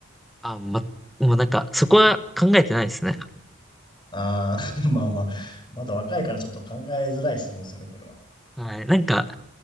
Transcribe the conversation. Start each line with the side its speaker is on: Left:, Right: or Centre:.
Centre: あ、ま、もうなんか、そこは考えてないですね。
Left: ああ、<laughs> まあまあ、まだ若いからちょっと考えづらい質問ですよね、これは。
Centre: はい。なんか、